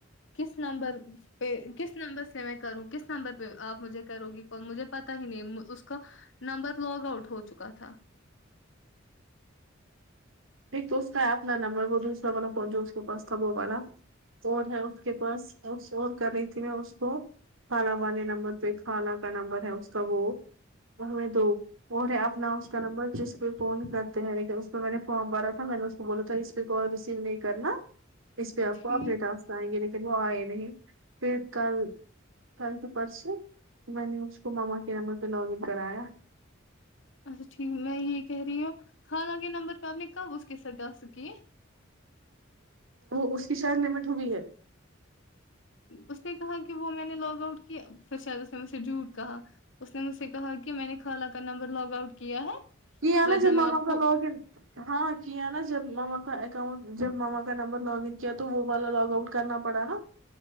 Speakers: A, on the left; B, on the right.
A: کس نمبر پہ کس نمبر سے میں کروں کس نمبر پہ آپ مجھے کرو گی کال مجھے پتا ہی نہیں م اس کا نمبر لاگ آؤٹ ہو چکا تھا
B: ایک تو اس کا ہے اپنا نمبر وہ دوسرا والا فون جو اس کے پاس تھا وہ والا اور ہے اس کے پاس اس فون کر رہی تھی میں اس کو خالہ والے نمبر پہ خالہ کا نمبر ہے اس کا وہ ہیں دو اور اپ نااس کا نمبر جس پے فون کرتے ہیں لیکن اس پے میں نے فارم بھرا تھا میں نے اس کو بولا تھا اس پہ کال ریسیو نہیں کرنا اس پہ آپ
A: ٹھیک
B: کو اپنے ٹاسک آئیں گے لیکن وہ آئے نہیں پھر کل کل پر پرسو میں نے اس کو ماما کے نمبر پہ لاگ ان کرایا
A: اچھا ٹھیک ہے میں یہ کہہ رہی ہوں خالہ کے نمبر پہ آپ نے کب اس کے سات ڈا سک کی ہے
B: وہ اس کی شاید لمٹ ہوئی ہے
A: اس نے کہا کہ وہ میں نے لاگ آؤٹ کیا پھر شاید اس نے مجھ سے جھوٹ کہا اس نے مجھ سے کہا کہ میں نے خالہ کا نمبر لاگ آؤٹ کیا ہے
B: یہ آنا
A: ورنہ
B: جب ماما
A: میں آپ کو
B: کا لوگن ہاں کیا نا جب ماما کا اکاؤنٹ جب ماما کا نمبر لاگ ان کیا تو وہ والا لاگ آؤٹ کرنا پڑا نا